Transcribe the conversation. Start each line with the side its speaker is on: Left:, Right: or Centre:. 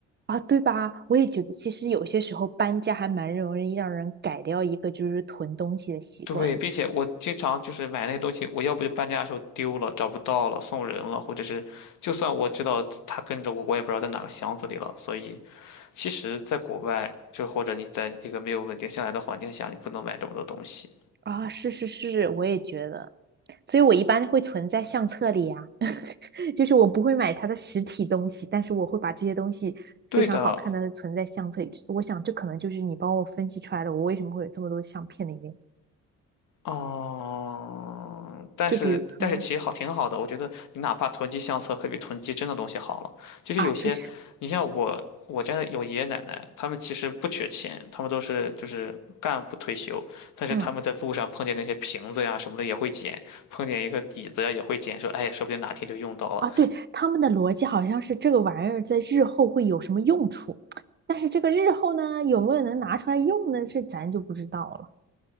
Right: 啊，对吧？我也觉得，其实有些时候搬家还蛮容易让人改掉一个就是囤东西的习惯
Left: 对，并且我经常就是买那些东西，我要不就搬家的时候丢了，找不到了，送人了，或者是就算我知道它跟着我，我也不知道在哪个箱子里了，所以。其实，在国外，就或者你在一个没有稳定下来的环境下，你不能买这么多东西。
Right: 啊。是是是，我也觉得，所以我一般会存在相册里啊，<laughs> 就是我不会买它的实体东西，但是我会把这些东西非常好看的存在相册里。
Left: 对的，
Right: 我想这可能就是你帮我分析出来的，我为什么会有这么多相片的原因。
Left: 嗯，但是但是其实好挺好的，
Right: 就比如说
Left: 我觉得你哪怕囤积相册，可比囤积真的东西好了。就是有些，
Right: 啊，确实，
Left: 你像我我家的有爷爷奶奶，他们其实不缺钱，他们都是就是干部退休，但是他们在路上碰见那些瓶子呀什么的也会捡，
Right: 嗯。
Left: 碰见一个椅子呀也会捡，说哎，说不定哪天就用到了。
Right: 啊，对，他们的逻辑好像是这个玩意儿在日后会有什么用处，但是这个日后呢，有没有能拿出来用呢？这咱就不知道了。